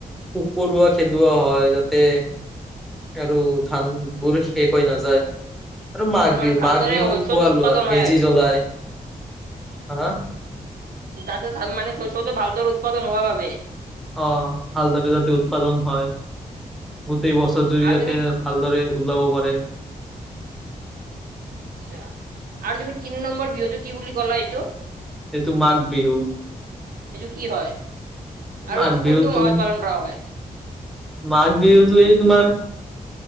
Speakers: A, in the centre; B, on the right.
A: পোক পৰুৱা খেদোৱা হয় ইয়াতে আৰু ধান বোৰ শেষ হৈ নাযায় আৰু মাঘ বিহু
B: মানে ভালদৰে
A: মাঘ মও
B: শস্যটো
A: খোৱা
B: উৎপাদন
A: লোৱা আৰু
B: হয়
A: মেজি জ্বলাই হা?
B: তাতে মানে শস্যটো ভালদৰে উৎপাদন হোৱা বাবে
A: আহ হালদাৰটা যাতে উৎপাদন হয়। গোটেই বছৰ জুৰি
B: আৰু
A: যাতে
B: তুমি তি-
A: ভালদৰে ওলাব পাৰে।
B: আচ্ছা আৰু তুমি তিনি নম্বৰ বিহুতো কি বুলি ক'লা এইটো
A: সেইটো মাঘ বিহু
B: এইটো কি হয় আৰু
A: মাঘ
B: এইটো কোনটো
A: বিহুত তুম
B: মাহত পালন কৰা হয়?
A: মাঘ বিহুতো এই তোমাৰ